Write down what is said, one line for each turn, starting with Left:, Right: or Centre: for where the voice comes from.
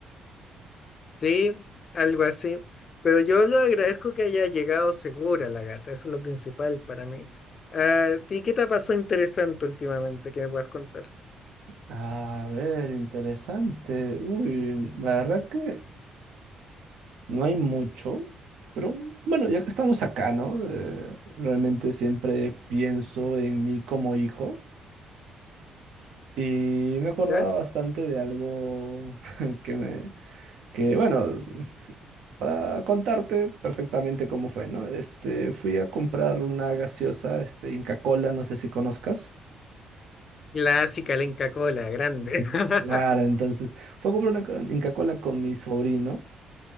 Left: Sí, algo así. Pero yo lo agradezco que haya llegado segura la gata, eso es lo principal para mí. Ah, ¿A ti qué te ha pasado interesante últimamente que me puedas contar?
Right: A ver, interesante. Uy, la verdad que no hay mucho, pero bueno, ya que estamos acá, ¿no? Eh, realmente siempre pienso en mí como hijo y me acordaba
Left: ¿Ya?
Right: bastante de algo <laughs> que me, que bueno, para contarte perfectamente cómo fue, ¿no? Este, fui a comprar una gaseosa, este, Inca Kola, no sé si conozcas.
Left: Clásica, la Inca Kola, grande.
Right: Mm.
Left: <laughs>
Right: Claro, entonces fue a comprar una co- Inca Kola con mi sobrino